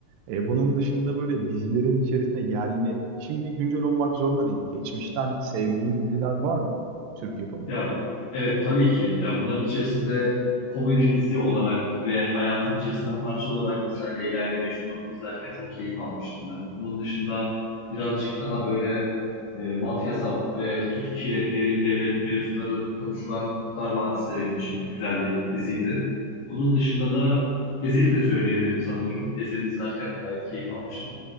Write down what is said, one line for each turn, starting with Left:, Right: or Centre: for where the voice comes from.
Right: E, bunun dışında böyle dizilerin içerisinde yerli, şimdi güncel olmak zorunda değil. Geçmişten sevdiğin diziler var mı? Türk yapımı.
Left: Ya evet tabii ki. Ya bunların içerisinde komedi dizi olarak ve hayatın içerisinden parça olarak mesela Leyla ile Mecnun'u izlerken çok keyif almıştım ben. Onun dışında birazcık daha böyle e, mafyasal ve Türkiye derin devlet mevzuları konuşulan Kurtlar Vadisi de benim için güzel bir diziydi. Onun dışında da Ezel'i de söyleyebilirim sanırım. Ezel'i izlerken de gayet keyif almıştım.